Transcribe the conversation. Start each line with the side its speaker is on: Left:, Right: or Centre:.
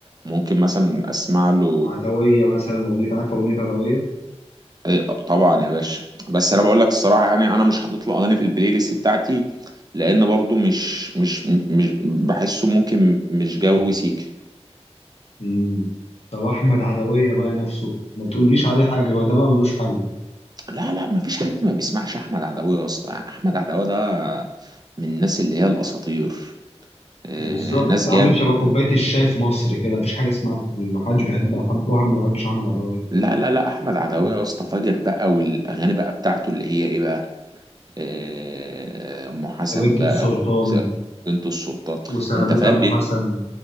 Right: ممكن مثلا اسمع له
Left: عدوية مثلا أغنية عارف أغنية عدوية؟
Right: إيه، طبعا يا باشا بس انا بقول لك الصراحه يعني انا مش حاطط له اغاني في البلاي ليست بتاعتي لان برضو مش مش مش بحسه ممكن مش جو سيك
Left: مم. طب أحمد عدوية بقى نفسه ما تقوليش عليه حاجة بقى ده بقى ملوش حل
Right: لا لا ما فيش حد ما بيسمعش احمد عدويه يا اسطى احمد عدويه ده من الناس اللي هي الاساطير آه،
Left: ده بالظبط
Right: ناس جامد
Left: عامل شبه كوبايه الشاي في مصر كده مفيش حاجه اسمها محدش بيحبها حد واحد ما بيحبش احمد عدويه
Right: لا لا لا احمد عدويه يا اسطى فاجر بقى والاغاني بقى بتاعته اللي هي ايه بقى آه، ام حسن
Left: ده بنت
Right: بقى
Left: السلطان
Right: وس- بنت السلطان
Left: وسلامتها
Right: انت فاهم
Left: ام حسن